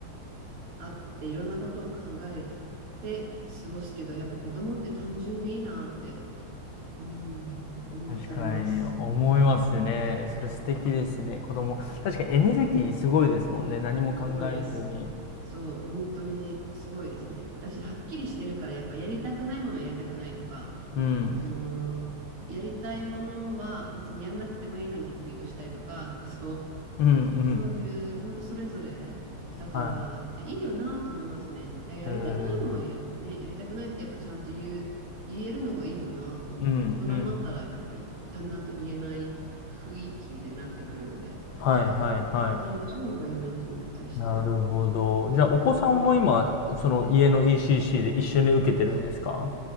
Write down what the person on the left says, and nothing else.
確かに思いますね。それ素敵ですね、子供。確かにエネルギーすごいですもんね。何も考えずに。
うん。
うんうん。
は
い。えー、
うんうん。
はいはいはい。
なるほど。じゃあ、お子さんも今、
その家の ECC で一緒に受けてるんですか